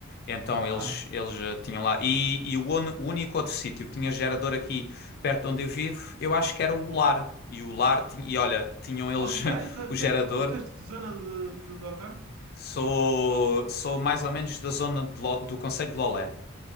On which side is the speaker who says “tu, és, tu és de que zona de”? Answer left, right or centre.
Right